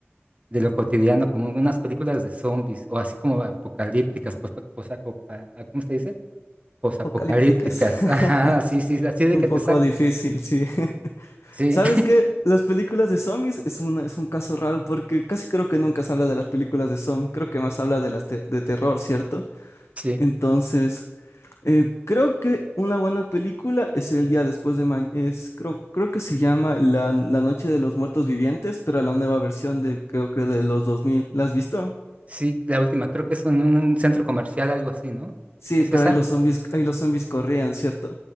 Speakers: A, on the right; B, on the left.
A: de lo cotidiano, como unas películas de zombies o así como apocalípticas, pos, posaco- pa- ah, ¿cómo se dice? Posapocalípticas,
B: Apocalípticas. <laughs>
A: <laughs> ajá, sí, sí, así de
B: Un
A: que
B: poco
A: te saque.
B: difícil, sí. <laughs>
A: Sí,
B: ¿Sabes qué? Las películas de zombies es una, es un caso raro porque casi creo que nunca se habla de las películas de zombies, creo que más habla de las te- de terror, ¿cierto?
A: <laughs> sí,
B: Entonces, eh, creo que una buena película es El día después de mañana, es, creo, creo que se llama La, La Noche de los Muertos Vivientes, pero la nueva versión de, creo que de los 2000. ¿La has visto?
A: sí, la última, creo que es en un centro comercial, algo así, ¿no?
B: Sí,
A: ¿Es
B: pero
A: esa?
B: ahí los zombies, ahí los zombies corrían, ¿cierto?